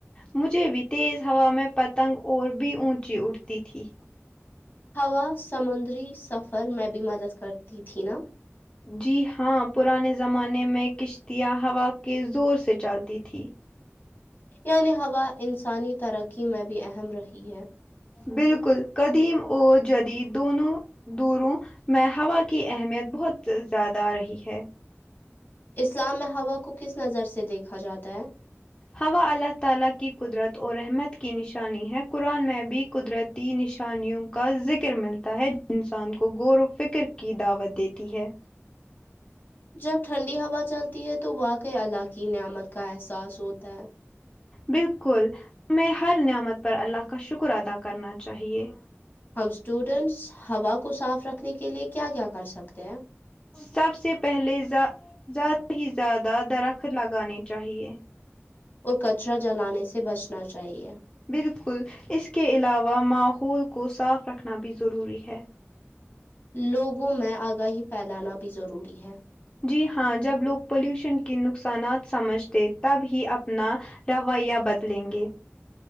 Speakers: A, on the left (about 20°); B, on the left (about 45°).
A: مجھے بھی تیز ہوا میں پتنگ اور بھی اونچی اٹھتی تھی
B: ہوا سمندری سفر میں بھی مدد کرتی تھی نا
A: جی ہاں پرانے زمانے میں کشتیاں ہوا کے زور سے چلتی تھیں
B: یعنی ہوا انسانی ترقی میں بھی اہم رہی ہے
A: بالکل کدیم اؤ جدید دونوں دوروں میں ہوا کی اہمیت بہت زیادہ آ رہی ہے
B: اسلام میں ہوا کو کس نظر سے دیکھا جاتا ہے
A: ہوا اللہ تعالی کی قدرت اور رحمت کی نشانی ہے قرآن میں بھی قدرت نشانیوں کا ذکر ملتا ہے انسان کو غور و فکر کی دعوت دیتی ہے
B: جب ٹھنڈی ہوا چلتی ہے تو واقعی اللہ کی نعمت کا احساس ہوتا ہے
A: بالکل ہمیں ہر نعمت پر اللہ کا شکر ادا کرنا چاہیے
B: ہم اسٹوڈینٹس ہوا کو صاف رکھنے کے لیے کیا کیا کر سکتے ہیں
A: سب سے پہلے زیادہ ہی زیادہ درخت لگانے چاہیے
B: اور کچرا جلانے سے بچنا چاہیے
A: بالکل اس کے علاوہ ماحول کو صاف رکھنا بھی ضروری ہے
B: لوگوں میں آگاہی پھیلانا بھی ضروری ہے
A: جی ہاں جب لوگ پلوشن کی نقصانات سمجھتے تب ہی اپنا رویہ بدلیں گے